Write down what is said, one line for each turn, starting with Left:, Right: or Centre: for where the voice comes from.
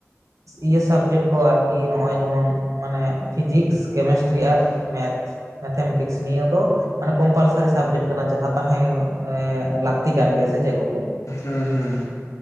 Right: ᱤᱭᱟᱹ ᱥᱟᱵᱡᱮᱠᱴ ᱠᱚ ᱟᱨᱠᱤ ᱱᱚᱜᱼᱚᱭ ᱡᱮᱢᱚᱱ, ᱢᱟᱱᱮ ᱯᱷᱤᱡᱤᱠᱥ ᱠᱮᱢᱮᱥᱴᱨᱤ
Left: ᱦᱩᱸ
Right: ᱟᱨ ᱢᱮᱛᱷ, ᱢᱮᱛᱷᱮᱢᱮᱴᱤᱠᱥ ᱱᱤᱭᱟᱹ ᱫᱚ ᱢᱟᱱᱮ ᱠᱚᱢᱯᱟᱞᱥᱟᱨᱤ ᱥᱟᱵᱡᱮᱠᱴ ᱠᱟᱱᱟ ᱡᱟᱦᱟᱸ ᱛᱟᱦᱮᱸ ᱮᱻ ᱞᱟᱹᱠᱛᱤ ᱠᱟᱱ ᱜᱮᱭᱟ ᱥᱮ ᱪᱮᱫ ᱜᱚᱢᱠᱮ?
Left: ᱦᱩᱸ ᱦᱩᱸ